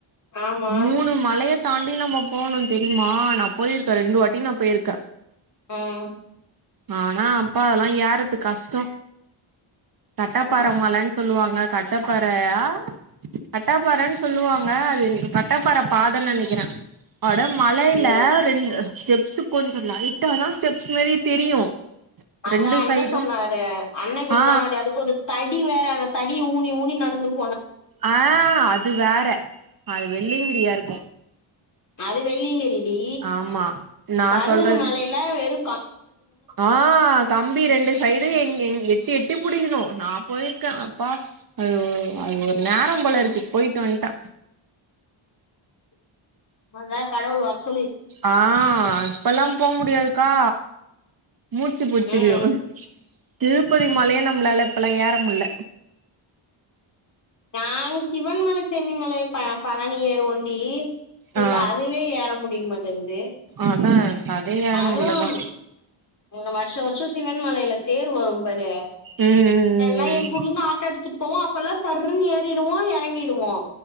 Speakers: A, on the left (about 35°); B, on the right (about 45°).
A: ஆமா
B: மூணு மலைய தாண்டி நம்ம போனோ தெரியுமா நா போயிருக்கே ரெண்டு வாட்டி நா போயிருக்கே
A: ம்
B: ஆனா அப்பா அதெல்லா ஏறத்து கஷ்டோ கட்டப்பாறமலன்னு
A: அதா அதா
B: சொல்லுவாங்க கட்டப்பாற ஆ கட்டாப்பாறன்னு சொல்லுவாங்க அது ன் கட்டாப்பாற பாதன்னு நெனைக்கிறே அட மழையில
A: சேரி
B: ரெண்டு ஸ்டெப்ஸ்ஸு கொஞ்சோ லைட்டா தா ஸ்டெப்ஸ் மாரியே தெரியு
A: அதா
B: ரெண்டு
A: அண்ண
B: சைடும்
A: சொன்னாரு அண்ண இப்ப
B: ஆ
A: போனாறே அதுக்கு ஒரு தடி வேற அந்த தடிய ஊனி ஊனி நடந்துப்
B: ஆ அது வேற அது வெள்ளயங்கிரியா இருக்கூ
A: அது வெள்ளிங்கிரிடி
B: ஆமா நா
A: பருவுதுமலையில
B: சொல்றது
A: வெரு
B: ஆ கம்பி ரெண்டு சைடு எங் எங் எட்டி எட்டி புடிக்கிணு நா போயிர்க்கே அப்பா அது ஓ அது ஒரு நேரம் போல இருக்கு போயிட்டு வந்ட்டா
A: அத்தா கடவுள் வர ஸ்
B: ஆ இப்பல்லா போ முடியாதுக்கா மூச்சு புச்சுக்கியு
A: ம்
B: திருப்பதி மலையே நம்பளால இப்பல்லா ஏறமுல்ல
A: நாங் சிவன்மல சென்னிமலைய ப பழனி ஏறுவோண்டீ இப்ப
B: ஆ
A: அதுவே ஏற முடியமாட்டேன்து
B: அதா இப்ப அதே ஏற
A: அதுவும்
B: முட்லதா
A: இந்த வருஷ வருஷோ சிவன்மலையில தேர் வரும்பரு
B: ம்
A: எல்லா எங்க
B: ம்
A: ஊர்லிருந்து ஆட்டோ எடுத்துட்டுப்போவோ அப்பல்லா சர்ருனு ஏறிடுவோ எறங்கிடுவோ